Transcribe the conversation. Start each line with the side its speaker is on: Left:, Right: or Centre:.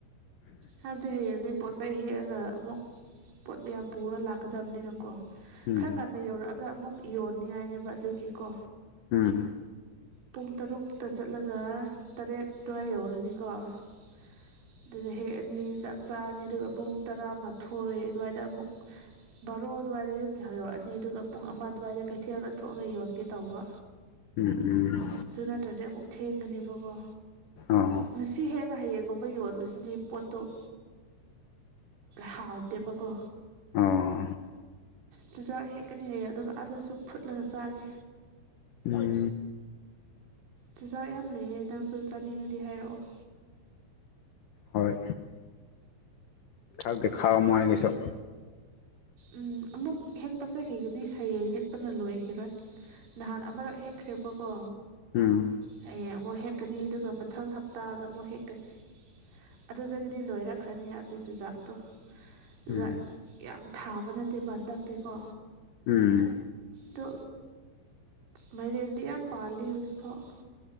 Right: ꯍꯥꯏꯕꯗꯤ ꯍꯌꯦꯡꯗꯤ ꯄꯣꯠ ꯆꯩꯩ ꯍꯦꯛꯑꯒ ꯑꯃꯨꯛ ꯄꯣꯠ ꯃꯌꯥꯝ ꯄꯨꯔ ꯂꯥꯛꯀꯗꯕꯅꯤꯅꯀꯣ
Left: ꯎꯝ
Right: ꯈꯔ ꯉꯟꯅ ꯌꯧꯔꯛꯑꯒ ꯑꯃꯨꯛ ꯌꯣꯟꯅꯤꯡꯉꯥꯏꯅꯦꯕ ꯑꯗꯨꯒꯤꯀꯣ
Left: ꯎꯝ
Right: ꯄꯨꯡ ꯇꯔꯨꯛꯇ ꯆꯠꯂꯒ ꯇꯔꯦꯠ ꯑꯗꯨꯋꯥꯏ ꯌꯧꯔꯅꯤꯀꯣ ꯑꯗꯨꯗ ꯍꯦꯛꯑꯅꯤ ꯆꯥꯛ ꯆꯥꯔꯅꯤ ꯑꯗꯨꯒ ꯄꯨꯡ ꯇꯔꯥꯃꯥꯊꯣꯏ ꯑꯗꯨꯋꯥꯏꯗ ꯑꯃꯨꯛ ꯕꯥꯔꯣ ꯑꯗꯨꯋꯥꯏꯗ ꯌꯨꯝ ꯌꯔꯛꯑꯅꯤ ꯑꯗꯨꯒ ꯄꯨꯡ ꯑꯃ ꯑꯗꯨꯋꯥꯏꯗ ꯀꯩꯊꯦꯜꯗ ꯊꯣꯛꯑꯒ ꯌꯣꯟꯒꯦ ꯇꯧꯕ
Left: ꯎꯝ ꯎꯝ
Right: ꯑꯗꯨ ꯅꯠꯇ꯭ꯔꯗꯤ ꯑꯃꯨꯛ ꯊꯦꯡꯒꯅꯦꯕꯀꯣ
Left: ꯑꯣ
Right: ꯉꯁꯤ ꯍꯦꯛꯒ ꯍꯌꯦꯡꯒꯨꯝꯕ ꯌꯣꯟꯕꯁꯤꯗꯤ ꯄꯣꯠꯇꯣꯛ ꯍꯥꯎꯇ ꯒꯣ
Left: ꯑꯣ
Right: ꯆꯨꯖꯥꯛ ꯍꯦꯛꯀꯅꯤ ꯍꯦꯛꯌꯦ ꯑꯗꯨꯒ ꯑꯥꯗꯁꯨ ꯐꯨꯠꯂꯒ ꯆꯥꯒꯦ
Left: ꯃ <inaudible>
Right: ꯆꯨꯖꯥꯛ ꯌꯥꯝ ꯂꯩꯌꯦ ꯅꯪꯁꯨ ꯆꯥꯅꯤꯡꯉꯗꯤ ꯍꯥꯏꯔꯛꯑꯣ
Left: ꯍꯣꯏ ꯊꯔꯗ ꯈꯥ ꯑꯃꯥꯏ ꯀꯩꯁ
Right: ꯎꯝ ꯑꯃꯨꯛ ꯍꯦꯛ ꯆꯠꯈꯤꯒꯅꯤ ꯍꯌꯦꯡ ꯍꯦꯛꯄꯅ ꯂꯣꯏ ꯏꯔꯣꯏ ꯅꯍꯥꯟ ꯑꯃꯔꯛ ꯍꯦꯛꯈ꯭ꯔꯦꯕꯀꯣ
Left: ꯎꯝ
Right: ꯍꯌꯦꯡ ꯑꯃꯨꯛ ꯍ ꯍꯦꯛꯀꯅꯤ ꯑꯗꯨꯒ ꯃꯊꯪ ꯍꯞꯇꯥꯗ ꯑꯃꯨꯛ ꯍꯦꯛꯀꯅꯤ ꯑꯗꯨꯗꯒꯤꯗꯤ ꯂꯣꯏꯔꯛꯈ꯭ꯔꯅꯤ ꯍꯥꯏꯕꯗꯤ ꯆꯨꯖꯥꯛꯇꯣ ꯑꯗꯨꯗ
Left: ꯎꯝ
Right: ꯌꯥꯝ ꯊꯥꯕ ꯅꯠꯇꯦ ꯍꯟꯗꯛꯇꯤꯀꯣ
Left: ꯎꯝ
Right: ꯑꯗꯣ ꯃꯥꯏꯔꯦꯟꯗꯤ ꯌꯥꯝ ꯄꯥꯜꯂꯤ ꯍꯧꯖꯤꯛꯐꯥꯎ